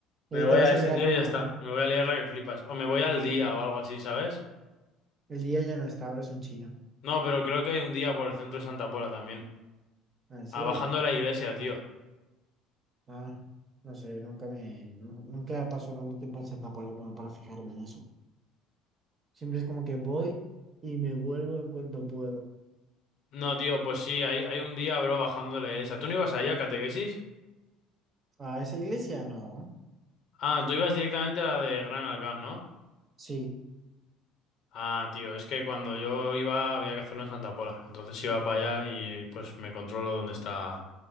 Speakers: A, on the right; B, on the left.
A: Y
B: Me
A: ahí
B: voy
A: te vas
B: a
A: a
B: ese
A: liar
B: tío
A: la
B: y
A: más
B: ya está. Me voy a liar la que flipas. O me voy al día o algo así, ¿sabes?
A: El día ya no está, ahora es un chino.
B: No, pero creo que hay un día por el centro de Santa Pola también.
A: Ah, ¿en serio?
B: Ah, bajando de la iglesia, tío.
A: Ah, no sé, nunca me, nu- nunca pasó tanto tiempo en Santa Paula como para fijarme en eso. Siempre es como que voy y me vuelvo en cuanto puedo.
B: No, tío, pues sí, hay, hay un día, bro, bajando de la iglesia. ¿Tú no ibas ahí a catequesis?
A: ¿A esa iglesia? No.
B: Ah, tú ibas directamente a la de Gran Alcán, ¿no?
A: Sí.
B: Ah, tío, es que cuando yo iba había que hacerlo en Santa Pola. Entonces iba para allá y pues me controlo dónde está